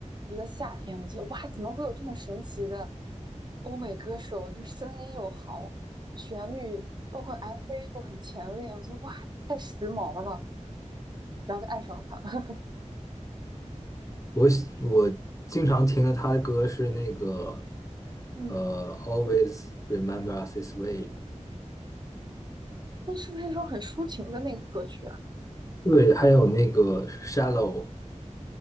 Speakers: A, on the right; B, on the left.
A: 一个夏天，我觉得哇，怎么会有这么神奇的欧美歌手？这声音又好，旋律包括 MV 又很前卫，我觉得哇，太时髦了，然后就爱上了他。<laughs>
B: 我喜我经常听的他的歌是那个
A: 嗯，
B: 呃，Always Remember Us This Way，
A: 那是不是说很抒情的那个歌曲啊？
B: 对，还有那个 Shallow，